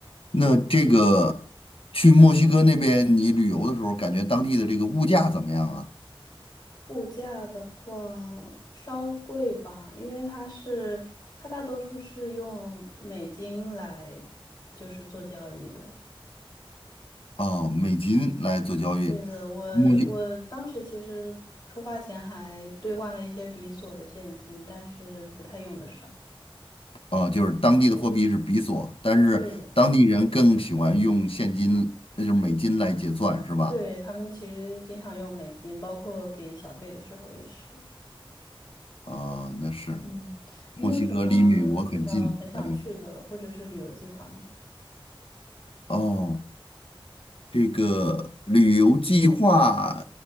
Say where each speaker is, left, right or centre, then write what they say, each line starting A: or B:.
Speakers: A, on the left; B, on the left.
A: 那这个去墨西哥那边你旅游的时候，感觉当地的这个物价怎么样啊？
B: 物价的话稍贵吧，因为它是它大多数是用美金来就是做交易的。
A: 啊，美金来做交易，
B: 对的，我我当时其实出发前还兑换了一些比索的现金，
A: 墨西
B: 但是不太用得上。
A: 啊，就是当地的货币是比索，但是当地人更喜欢用现金，
B: 对的，
A: 那就是美金来结算，是吧？
B: 对，他们其实经常用美金，包括给小费的时候也是。
A: 啊，那是
B: 嗯，你有什么呃很想去的或者是旅游计划吗？
A: 墨西哥离美国很近，嗯，哦，这个旅游计划